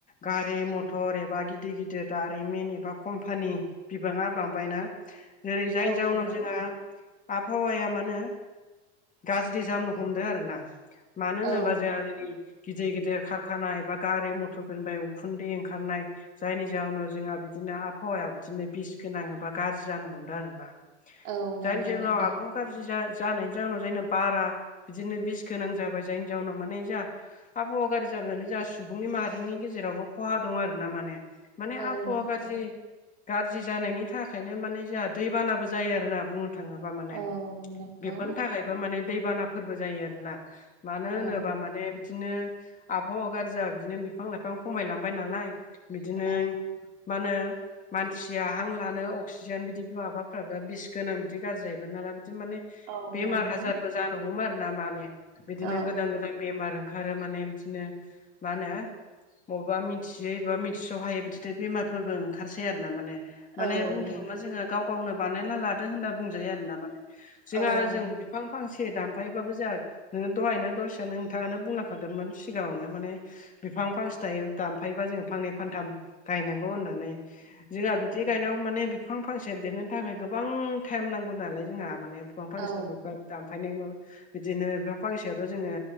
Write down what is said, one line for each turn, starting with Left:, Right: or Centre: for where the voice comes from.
Left: गारि मथर एबा गिदिर गिदिर दारिमिन एबा कम्पानि बिबाङा बांबायना जेरै जायनि
Right: औ
Left: जाउनाव
Right: नंगौ
Left: जोंहा आबहावाया मानोे गाज्रि जामनो हमदों आरो ना मानो
Right: औ
Left: होनोबा जोंहा जेरै गिदिर गिदिर खारखानानाय एबा गारि मथरफोरनिफ्राय उखुन्दै ओंखारनाय जायनि जाहनाव जोंहा बिदिनो आबहावाया बिदिनो बिसगोनां एबा गाज्रि जानो हमदों आरोना
Right: औ नंगौ
Left: जायनि जोंनाव
Right: नोंथां
Left: आबहा गाज्रि जा जानायनि जाउनाव जायना बारा बिदिनो बिस गोनां जाबाय जायनि जाउनाव माने जाहा आबहावा गारि जाबोनानै जोंहा सुबुंनि माहारिनि गेजेरावबो खहा दं आर ना माने माने
Right: औ
Left: आबहावा
Right: नंगौ
Left: गाज्रि गाज्रि जानायनि थाखायनो माने जोंहा दैबानाबो जायो आरा बुं थाङोबा माने
Right: औ नंगौ
Left: बेफोरनि थाखायबो माने दैबानाफोरबो जायो आरोना मानो
Right: औ
Left: होनोबा माने बिदिनो आबहावा गाज्रि जाबा बिदिनो बिफां लाइफां खमायलांबाय नालाय बिदिनै
Right: औ
Left: मा नो मानसिया हां लानो अ अक्सिजेन बिदि माबाफ्राबो बिस गोनां बिदि गाज्रि जाहैबाय नालाय बिदि माने
Right: औ
Left: बेमार
Right: नंगौ
Left: आजार जानो हमो आरो ना माने बिदिनो
Right: औ
Left: गोदान गोदान बेमार ओं आरो माने बिदिनो मा होनो मबबा मिथियै बा मिथिस' हायै बिदिथो बेमारफोरबो ओंखारसै आरो ना माने। माने
Right: औ
Left: बुंनो
Right: नों
Left: थाङोबा जोङो गाव गावनो बानायना लादों होनना बुंजायो आरो ना माने। जोंहा
Right: औ
Left: ओजों
Right: नों
Left: बिब फां फांसे दामफायोबाबो जोंहा नोङो दहायनो दसेनो नोंथाङानो बुंलांखादोंमोन सिगाङावनो माने बिफां फांसे थायो दानफायोबा जोङो फांनै फानथाम गायनांगौ होननानै जोंहा बि दि गायनायाव माने बिफां फांसे देरनो थाखाय गोबां टाइम नांगौ नालाय जोंहा माने बिफां फांसे
Right: औ
Left: दामफ दामफायनाय माबा बिदिनो बिफां फांसेयावथ' जोङो